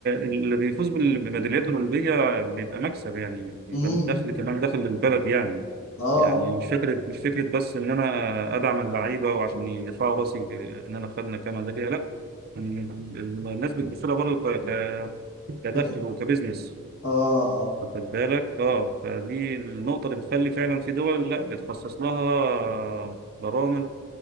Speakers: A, on the right (about 45°); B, on the left (about 70°).
A: اللي بيفوز بال- بميداليات اولمبيه بيبقى مكسب يعني بيبقى
B: امم
A: دخل كمان دخل للبلد يعني
B: اه
A: يعني مش فكره مش فكره بس ان انا ادعم اللعيبه وعشان يرفعوا راسي ان انا خدنا كميداليه لا الناس بتبص لها برضه ك- ك- كدخل
B: اه
A: وكبزنس
B: اه اه
A: واخد بالك اه فدي النقطة اللي بتخلي فعلا في دول لا بتخصص لها برامج